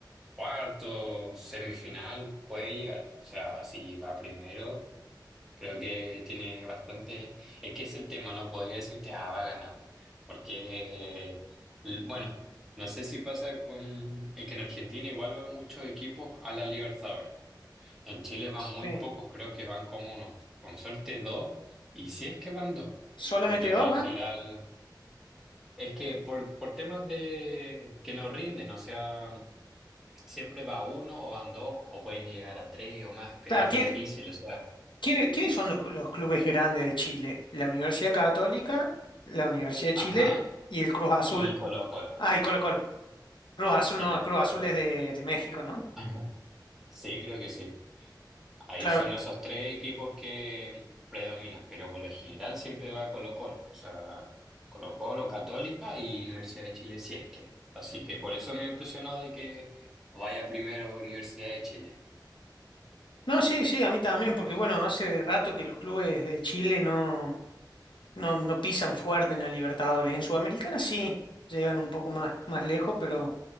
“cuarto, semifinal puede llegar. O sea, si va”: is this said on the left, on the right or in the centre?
Centre